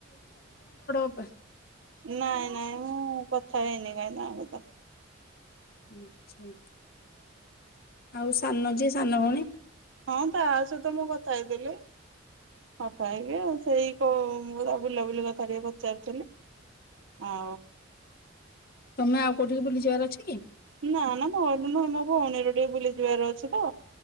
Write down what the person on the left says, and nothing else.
ଅପା?
ଆଛା। ଆଉ ସାନ ଯେ ସାନ ଭଉଣୀ
ତମେ ଆଉ କୋଉଠିକି ବୁଲିଯିବାର ଅଛି କି?